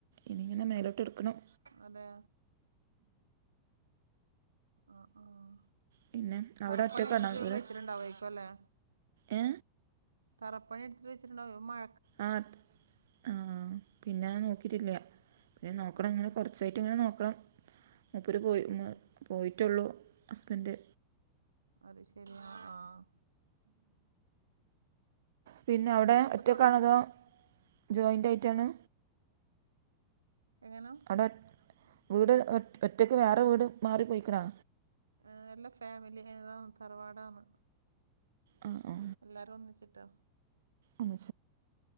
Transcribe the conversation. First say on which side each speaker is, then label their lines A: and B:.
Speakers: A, on the right; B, on the right.
A: ഇനിങ്ങനെ മേലോട്ട് ഇട്ക്കണം
B: അതെ ആഹ് ആഹ്
A: പിന്നെ
B: തറപ്പണി
A: അവിടെ ഒറ്റക്കാണോ
B: കയ്ച്ച്ട്ട്
A: വീട്
B: വെയ്ച്ച്ട്ട്ണ്ടാവേര്ക്കും ലേ.
A: ഏ
B: തറ പണിയെടുത്ത് വെച്ചിട്ടുണ്ടാവേ മഴ.
A: ആഹ് അത് ആഹ് പിന്നെ അങ്ങനെ നോക്കിറ്റില്ല്യ ഇഞ് അത് നോക്കണം
B: അതെ
A: ഇങ്ങനെ കൊറ വെബ്സൈറ്റ് ഇങ്ങനെ നോക്കണം മൂപ്പർ പോയി
B: അതെ അതെ
A: പോയിട്ടുള്ളൂ ഹസ്ബൻഡ്
B: അത് ശരിയാ ആഹ്
A: പിന്ന അവടെ
B: എന്തായാലും ഇപ്പം
A: ഒറ്റക്കാണതോ?
B: തുടങ്ങി
A: ജോയിന്റ് ആയിട്ടാണ്
B: എങ്ങന?
A: അവിടെ ഒ വീട് ഒ ഒറ്റക്ക് വേറെ വീട് മാറി പോയിക്ക്ണോ
B: എഹ് എല്ലാ ഫമിലി ഏ തറവാടാണ്.
A: ആ ആ
B: എല്ലാരും ഒന്നിച്ചിട്ടോ.
A: അഛ